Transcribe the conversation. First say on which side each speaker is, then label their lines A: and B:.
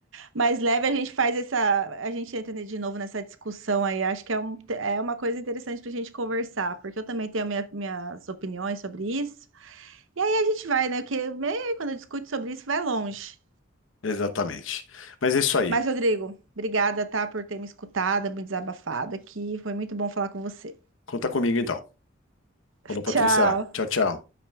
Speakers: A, on the right (about 80°); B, on the left (about 80°).
A: mais leve, a gente faz essa. A gente entra de novo nessa discussão aí. Acho que é, um, é uma coisa interessante para a gente conversar, porque eu também tenho minha- minhas opiniões sobre isso. E aí a gente vai, né? Porque meio quando eu discuto sobre isso, vai longe.
B: Exatamente. Mas é isso aí.
A: Mas, Rodrigo, obrigada, tá, por ter me escutado, me desabafado aqui. Foi muito bom falar com você.
B: Conta comigo então.
A: <laughs>
B: Falou,
A: Tchau.
B: Patrícia. Tchau, tchau.